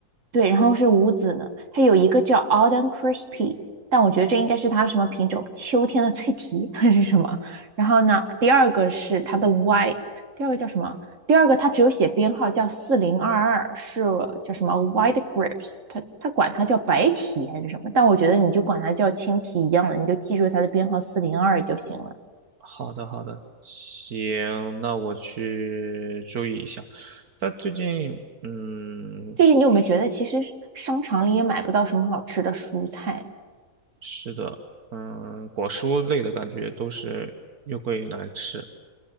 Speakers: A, on the right; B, on the right.
A: 对，然后是无籽呢，它有一个叫 Autumn Crispy，但我觉得这应该是它什么品种，秋天的脆皮还是什么？然后呢，第二个是它的 Y，第二个叫什么？第二个它只有写编号叫四零二二，是叫什么 White Grapes，它它管它叫白提还是什么？但我觉得你就管它叫青提一样的，你就记住它的编号四零二就行了。
B: 好的，好的，行，那我去注意一下。但最近，嗯，
A: 最近你有没有觉得，
B: 是
A: 其实商场里也买不到什么好吃的蔬菜？
B: 是的，嗯，果蔬类的感觉都是又贵又难吃，